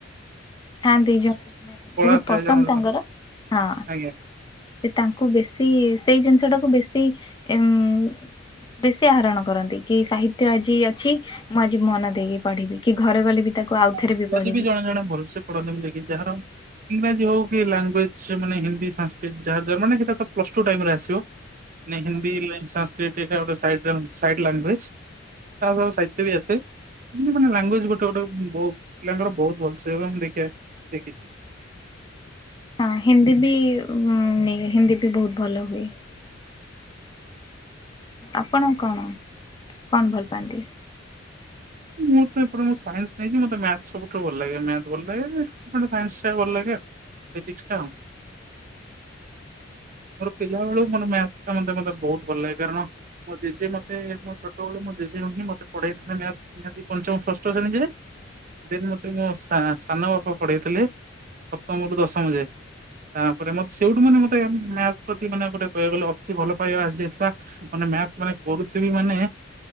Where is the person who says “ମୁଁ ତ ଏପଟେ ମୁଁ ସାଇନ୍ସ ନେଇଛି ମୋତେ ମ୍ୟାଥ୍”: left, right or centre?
Right